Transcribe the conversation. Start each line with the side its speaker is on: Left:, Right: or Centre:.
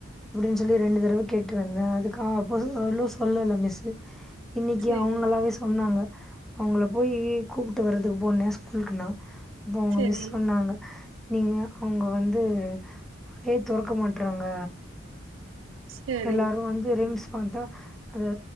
Centre: அப்டின் சொல்லி ரெண்டு தடவ கேட்டு இருந்தே அதுக்கா அப்போ சொல்ல சொ சொல்லல மிஸ்ஸு இன்னிக்கி
Right: சரி
Centre: அவுங்களாவே சொன்னாங்க அவுங்கள போயி கூப்டு வர்றதுக்கு போனே ஸ்கூலுக்கு நா அப்போ அவுங்க
Right: சரி
Centre: மிஸ் சொன்னாங்க நீங்க அவுங்க வந்து புக்கே தொறக்க மாட்றாங்க
Right: சரி
Centre: எல்லாரு வந்து ரிம்ஸ் வந்தா அததா